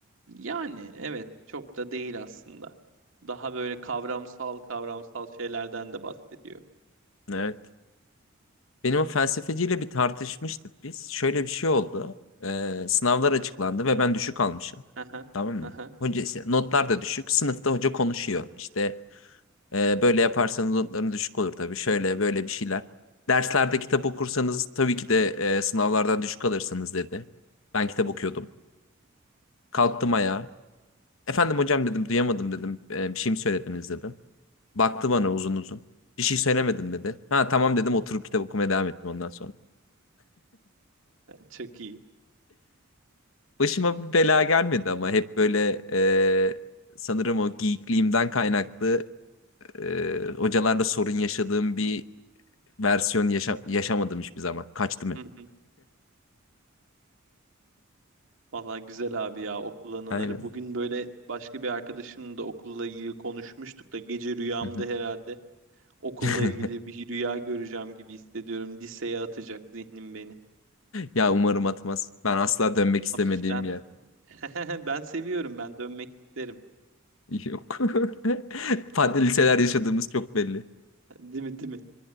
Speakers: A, on the right (about 70°); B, on the left (about 70°).
A: Yani evet çok da değil aslında. Daha böyle kavramsal kavramsal şeylerden de bahsediyor.
B: Evet. Benim o felsefeciyle bir tartışmıştık biz. Şöyle bir şey oldu. Ee, sınavlar açıklandı ve ben düşük almışım.
A: <laughs> Aha,
B: Tamam mı?
A: aha,
B: Hoca işte, notlar da düşük. Sınıfta hoca konuşuyor. İşte e, böyle yaparsanız notların düşük olur tabii. Şöyle böyle bir şeyler. Derslerde kitap okursanız tabii ki de e, sınavlardan düşük alırsınız dedi. Ben kitap okuyordum. Kalktım ayağa. Efendim hocam dedim duyamadım dedim. "E, bir şey mi söylediniz dedim. Baktı bana uzun uzun. Bir şey söylemedim dedi. Ha tamam dedim oturup kitap okumaya devam ettim ondan sonra.
A: çok iyi.
B: Başıma bir bela gelmedi ama hep böyle e, sanırım o geekliğimden kaynaklı e, hocalarla sorun yaşadığım bir versiyon yaşa- yaşamadım hiçbir zaman. Kaçtım hep.
A: Hı hı. Vallahi güzel abi ya okul anıları.
B: Aynen.
A: Bugün böyle başka bir arkadaşımla da okulla ilgili konuşmuştuk da gece rüyamda
B: Hı hı.
A: herhalde okulla
B: <laughs>
A: ilgili bir rüya göreceğim gibi hissediyorum. Liseye atacak zihnim beni.
B: Ya umarım atmaz. Ben asla dönmek istemediğim
A: Hafiften
B: bir yer.
A: <laughs> ben seviyorum ben dönmek isterim.
B: <laughs> Yok. <laughs> Farklı liseler yaşadığımız çok belli.
A: Değil mi değil mi?